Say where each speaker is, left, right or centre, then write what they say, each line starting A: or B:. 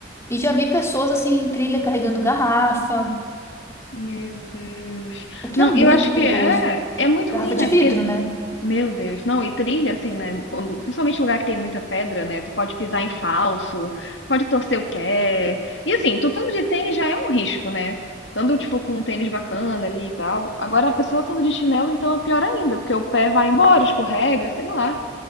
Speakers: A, on the left; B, on the left.
A: E já vi pessoas assim em trilha carregando garrafa,
B: Meu Deus.
A: o que
B: Não,
A: é muito
B: eu acho que
A: perigoso.
B: é, é muito
A: Garrafa
B: ruim, né?
A: de vidro,
B: Porque,
A: né?
B: meu Deus, não, e trilha, assim, né? Quando, principalmente lugar que tem muita pedra, né? Tu pode pisar em falso, pode torcer o pé. E assim, tu estando de tênis já é um risco, né? tanto tipo, com um tênis bacana ali e tal. Agora a pessoa estando de chinelo, então é pior ainda, porque o pé vai embora, escorrega, sei lá.